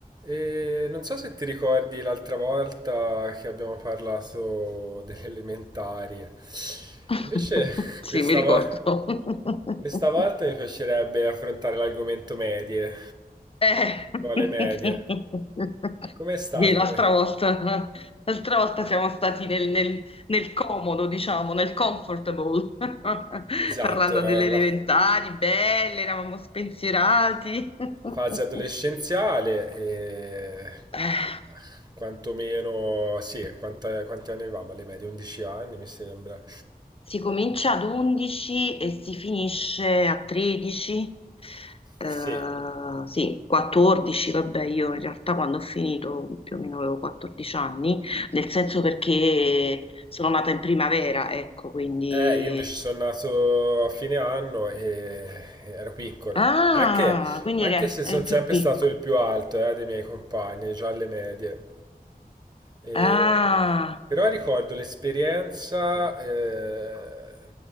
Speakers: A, on the right; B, on the left.
A: E non so se ti ricordi l'altra volta che abbiamo parlato delle elementari.
B: <laughs>
A: Invece <laughs>
B: Sì,
A: questa,
B: mi ricordo.
A: vo-
B: <laughs>
A: questa volta mi piacerebbe affrontare l'argomento medie.
B: Eh.
A: Quale
B: <laughs>
A: medie? Com'è stato?
B: Sì, l'altra
A: Come...
B: volta, l'altra volta siamo stati nel, nel- nel comodo, diciamo, nel comfortable, <laughs>
A: Esatto,
B: parlando
A: eh,
B: delle
A: la
B: elementari, belle, eravamo spensierati. <laughs>
A: fase adolescenziale e eh,
B: Eh.
A: quantomeno, sì, quanta- quanti anni avevamo alle medie? 11 anni mi sembra.
B: Si comincia ad 11 e si finisce a 13, eh,
A: Sì,
B: sì, 14, vabbè, io in realtà quando ho finito più o meno avevo 14 anni, nel senso perché sono nata in primavera, ecco, quindi...
A: Eh, io invece sono nato a fine anno e ero piccolo.
B: Ah,
A: Anche,
B: quindi
A: anche
B: eri,
A: se
B: eri
A: sono
B: più
A: sempre
B: piccolo.
A: stato il più alto, eh, dei miei compagni, già alle medie. E-
B: Ah,
A: Però ricordo l'esperienza, eh,